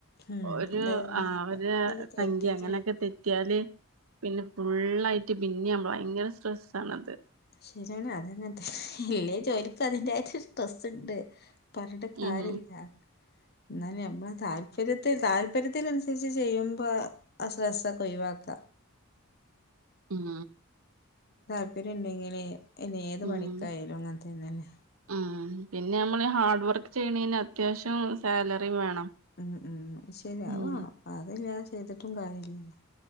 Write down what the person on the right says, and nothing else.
ഒരു
ആഹ് ഒരു സംഖ്യ അങ്ങനെയൊക്കെ തെറ്റിയാല് പിന്നെ ഫുള്ളായിട്ട് പിന്നെമ്മൾ ഭയങ്കര സ്ട്രെസ്സാണത്
ഉം
ഉം
ഉം
ഉം പിന്നെ നമ്മള് ഹാർഡ് വർക്ക് ചെയ്യണന് അത്യാവശ്യം സാലറിം വേണം.
ഉം